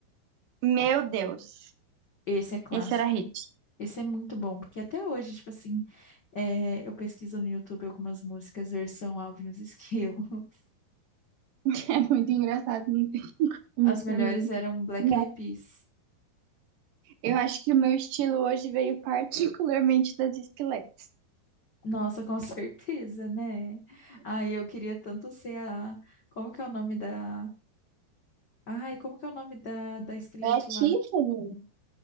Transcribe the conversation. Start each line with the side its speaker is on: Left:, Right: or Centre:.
Right: Meu Deus.
Left: Esse é clássico.
Right: Esse era hit.
Left: Esse é muito bom, porque até hoje, tipo assim, É, eu pesquiso no YouTube algumas músicas versão Alvin e os Esquilos. <laughs>
Right: <laughs> É muito engraçado, não tem como
Left: As melhores
Right: pra mim.
Left: eram Black
Right: E
Left: Eyed Peas.
Right: Eu acho que o meu estilo hoje veio particularmente das esqueletas.
Left: Nossa, com <laughs> certeza, né? Ai, eu queria tanto ser a... Como que é o nome da... Ai, como que é o nome da, da esquelete
Right: É a Tiffany.
Left: lá?